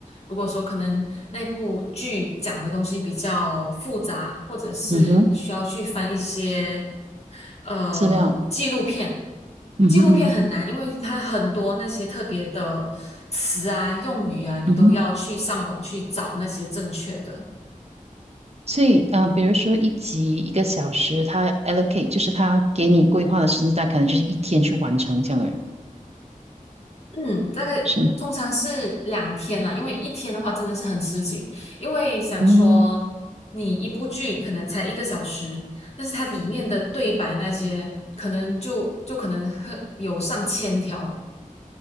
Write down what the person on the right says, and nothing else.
嗯哼，
资料，嗯哼嗯哼
嗯哼。所以，呃，比如说一集一个小时，他 allocate 就是他给你规划的时间，大概可能就是一天去完成这样的，人，
是吗？
嗯，